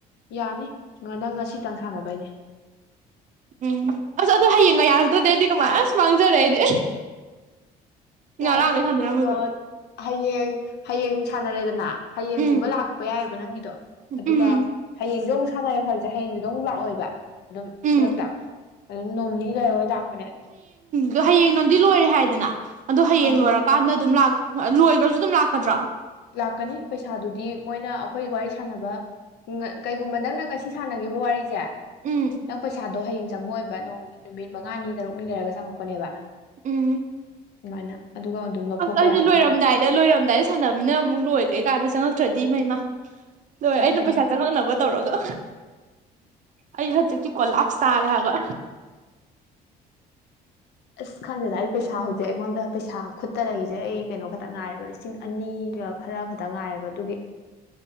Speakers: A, on the left; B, on the right.
A: ꯌꯥꯅꯤ ꯅꯪ ꯉꯁꯤꯇꯪ ꯁꯥꯟꯅꯕꯩꯅꯦ
B: ꯎꯝ ꯑꯁ ꯑꯗꯨ ꯍꯌꯦꯡꯒ ꯌꯥꯔꯛꯇ꯭ꯔꯗꯤ ꯑꯩꯗꯤ ꯀꯃꯥꯏ ꯑꯁ ꯃꯥꯡꯖꯔꯦ ꯑꯩꯗꯤ ꯉꯔꯥꯡꯗꯩ
A: ꯌꯥꯅꯤ
B: ꯁꯥꯟꯅꯔꯝꯕꯗꯣ
A: ꯀꯩꯅꯣ ꯍꯌꯦꯡ ꯍꯌꯦꯡ ꯁꯥꯟꯅꯔꯦꯗꯅ ꯍꯌꯦꯡꯒꯨꯝꯕ
B: ꯎꯝ
A: ꯂꯥꯛꯄ ꯌꯥꯏꯕ ꯕ ꯅꯪꯒꯤꯗꯣ ꯑꯗꯨꯒ
B: ꯎꯝ
A: ꯍꯌꯦꯡꯖꯨ ꯑꯃꯨꯛ <unintelligible> ꯐꯝꯁꯦ ꯍꯌꯦꯡꯗꯨꯗꯣ ꯑꯃꯨꯛ ꯂꯥꯛꯑꯣꯏꯕ ꯑꯗꯨꯝ
B: ꯎꯝ
A: ꯈꯨꯗꯛꯇ ꯑꯗꯨꯝ ꯅꯣꯡ ꯅꯤ ꯂꯩꯔ ꯍꯣꯏ ꯂꯥꯛꯄꯅꯦ
B: ꯑꯗꯣ ꯍꯌꯦꯡ ꯅꯪꯗꯤ ꯂꯣꯏꯔꯦ ꯍꯥꯏꯗꯅ ꯑꯗꯣ ꯍꯌꯦꯡ
A: ꯑꯥ
B: ꯂꯣꯏꯔꯀꯥꯟꯗ ꯑꯗꯨꯝ ꯂꯥꯛ ꯂꯣꯏꯈ꯭ꯔꯁꯨ ꯑꯗꯨꯝ ꯂꯥꯛꯀꯗ꯭ꯔꯥ
A: ꯂꯥꯛꯀꯅꯤ ꯄꯩꯁꯥꯗꯨꯗꯤ ꯃꯣꯏꯅ ꯑꯩꯈꯣꯏ ꯋꯥꯔꯤ ꯁꯥꯟꯅꯕ ꯀꯩꯒꯨꯝꯕ ꯅꯪꯅ ꯉꯁꯤ ꯁꯥꯟꯅꯈꯤꯕ ꯋꯥꯔꯤꯁꯦ
B: ꯎꯝ
A: ꯅꯪ ꯄꯩꯁꯥꯗꯣ ꯍꯌꯦꯡ ꯆꯪꯉꯑꯣꯏꯕ ꯅꯣꯡ ꯅꯨꯃꯤꯠ ꯃꯉꯥꯅꯤ ꯇꯔꯨꯛꯅꯤ ꯂꯩꯔꯒ ꯆꯪꯉꯛꯄꯅꯦꯕ
B: ꯎꯝ
A: ꯑꯗꯨꯃꯥꯏꯅ ꯑꯗꯨꯒ ꯑꯗꯨꯝ ꯂꯧꯊꯣꯛꯄ
B: ꯑꯁ ꯑꯩꯗꯤ
A: ꯌꯥꯕ
B: ꯂꯣꯏꯔꯝꯗꯥꯏꯗ
A: ꯃꯣꯏ
B: ꯂꯣꯏꯔꯝꯗꯥꯏꯗ ꯁꯥꯟꯅꯕ ꯃꯤꯅ ꯑꯃꯨꯛ ꯂꯣꯏ ꯀꯩ ꯀꯥꯟꯗ ꯆꯪꯉꯛꯇ꯭ꯔꯗꯤ ꯏꯃꯩꯃꯥ ꯂꯣꯏ
A: ꯆꯪꯉꯛꯀꯅꯤ
B: ꯑꯩꯅ ꯄꯩꯁꯥ ꯆꯪꯉꯛꯅꯕ ꯇꯧꯔꯒ ꯑꯩ ꯍꯧꯖꯤꯛꯤꯇꯤ ꯀꯣꯂꯥꯞꯁ ꯇꯥꯔꯦ ꯍꯥꯏꯕ
A: ꯑꯁ ꯈꯪꯗꯦꯗ ꯑꯩ ꯄꯩꯁꯥ ꯍꯧꯖꯤꯛ ꯑꯩꯉꯣꯟꯗ ꯄꯩꯁꯥ ꯈꯨꯠꯇ ꯂꯩꯏꯁꯦ ꯑꯩ ꯀꯩꯅꯣ ꯈꯛꯇ ꯉꯥꯏꯔꯦꯕ ꯂꯤꯁꯤꯡ ꯑꯅꯤꯒ ꯈꯔ ꯈꯛꯇ ꯉꯥꯏꯔꯦꯕ ꯑꯗꯨꯒꯤ